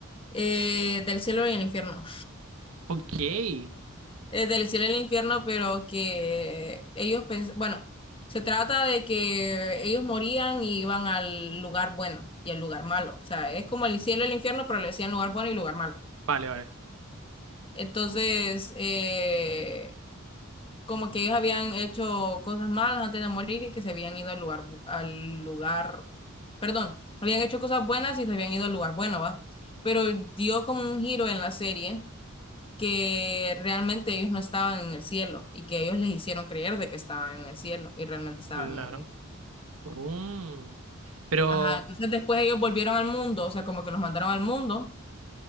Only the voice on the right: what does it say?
Ok.
Vale, vale.
Claro.
Mm. Pero,